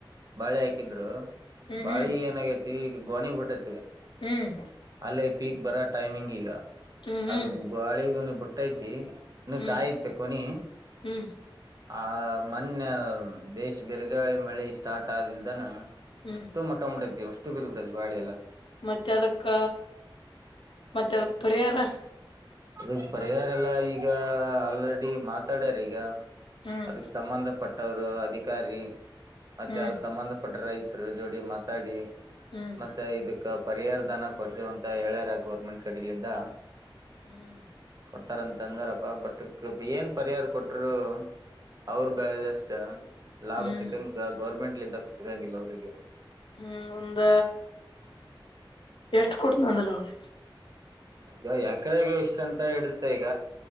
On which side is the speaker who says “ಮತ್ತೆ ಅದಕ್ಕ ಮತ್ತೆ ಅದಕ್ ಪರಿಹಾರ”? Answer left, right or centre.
Left